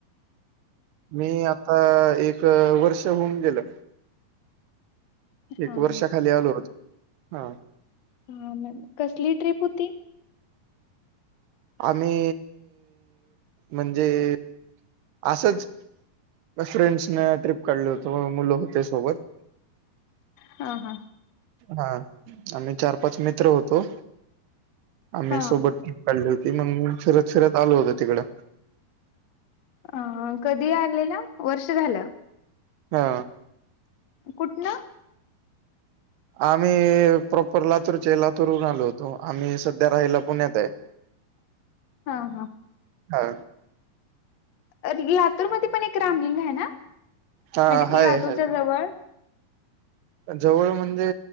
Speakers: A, on the right (about 85°); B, on the left (about 65°).
A: मी आता एक वर्ष होऊन गेलं.
B: हा
A: एक वर्षाखाली
B: हा
A: आलो होतो हा..
B: हा काय? कसली ट्रीप होती?
A: आम्ही..... म्हणजे.. असंच.. फ्रेंड्सने ट्रीप काढलं होत म मुलं होते सोबत.
B: हा हा..
A: हा आम्ही चार-पाच मित्र होतो. आम्ही
B: हा
A: सोबत काढली होती मग फिरत फिरत आलो होत तिकडं.
B: अ कधी आलेला वर्ष झालं.
A: हा..
B: कुठनं?
A: आम्ही प्रॉपर लातूरचे, लातूरहुन आलो होतो. त आम्ही सध्या राहायला पुण्यात आहे.
B: हा हा..
A: हा..
B: अ लातूर मध्ये पण एक रामलिंग आहे ना,
A: हा
B: म्हणजे
A: हाय
B: लातूरच्या
A: हाय.
B: जवळ
A: जवळ म्हणजे